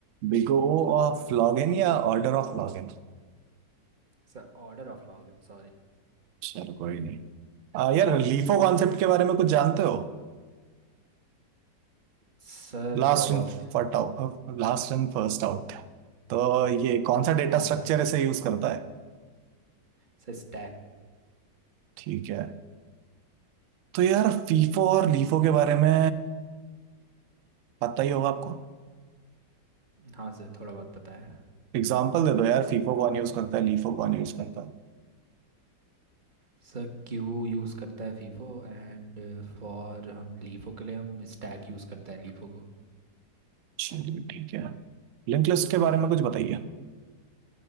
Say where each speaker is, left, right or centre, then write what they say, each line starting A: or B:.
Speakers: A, on the right; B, on the right.
A: Big O of log n या ऑर्डर ऑफ लॉगिन
B: Sir order of log n sorry
A: चलो कोई नहीं आ, यार लीफो कॉन्सेप्ट के बारे में कुछ जानते हो
B: Sir
A: Last
B: थोड़ा बहुत
A: in first out last in first out तो ये कौन सा डेटा
B: हाँ
A: स्ट्रक्चर
B: सर
A: ऐसे यूज करता है
B: Sir stack
A: ठीक है तो यार फीफो और लीफो के बारे में पता ही होगा आपको
B: हाँ सर थोड़ा बहुत पता है
A: एग्जाम्पल दे दो यार फीफो कौन यूज करता है लीफो कौन यूज करता है
B: सर क्यू यूज़ करता है फीफो एंड फॉर हम लीफो के लिए हम स्टैक यूज़ करता है लीफो को
A: चलिए ठीक है लिंक लिस्ट के बारे में कुछ बताइए